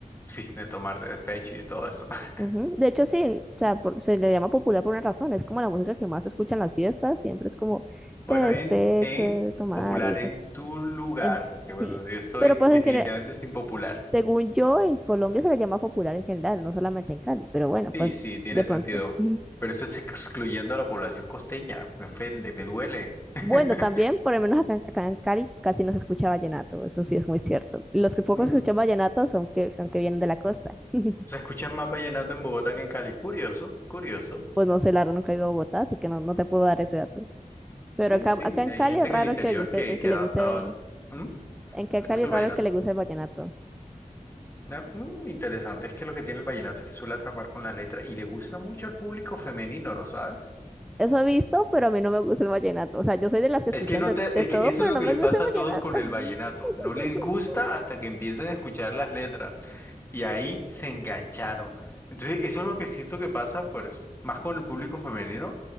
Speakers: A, on the left; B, in the centre.
A: sí, de tomar de despecho y de todo esto. <laughs>
B: Ujú. De hecho, sí, o sea, por- se le llama popular por una razón, es como la música que más se escucha en las fiestas, siempre es como
A: Bueno,
B: te despecho
A: en, en
B: de tomar
A: popular
B: y esas
A: en tu lugar,
B: en sí.
A: porque bueno, yo estoy
B: Pero pues
A: definitivamente
B: en general,
A: es
B: según
A: impopular.
B: yo, en Colombia se le llama popular en general, no solamente en Cali, pero bueno,
A: Sí,
B: pues
A: sí, tiene
B: de
A: sentido.
B: pronto. <laughs>
A: Pero eso es excluyendo a la población costeña. Me ofende, me duele. <laughs>
B: Bueno, también, por lo menos acá, acá en Cali casi no se escucha vallenato, eso sí es muy cierto. Los que poco
A: Mm.
B: escuchan vallenato son que, son que vienen de la costa. <laughs>
A: Se escuchan más vallenato en Bogotá que en Cali. Curioso, curioso.
B: Pues no sé, la verdad nunca he ido a Bogotá, así que no, no te puedo dar ese dato.
A: Sí,
B: Pero acá,
A: sí,
B: acá en
A: hay
B: Cali
A: gente
B: es raro
A: en el interior
B: que le guste,
A: que,
B: el que
A: que
B: le
A: ha adaptado
B: guste,
A: el... ¿Mm?
B: en que
A: ¿Le
B: en Cali
A: gusta
B: es
A: el
B: raro
A: vallenato?
B: el que le guste el vallenato.
A: Ah, mm, interesante, es que lo que tiene el vallenato es que suele atrapar con la letra y le gusta mucho al público femenino, ¿lo sabes?
B: Eso he visto, pero a mí no me gusta el vallenato. O sea, yo soy de las que escuchan
A: Es que no
B: de,
A: te,
B: de
A: es
B: todo,
A: que eso
B: pero
A: es lo
B: no
A: que
B: me
A: le
B: gusta
A: pasa
B: el vallenato.
A: a todos con el
B: <laughs>
A: vallenato, no les gusta hasta que empiezan a escuchar las letras. Y ahí se engancharon. Entonces, eso es lo que siento que pasa, pues, más con el público femenino,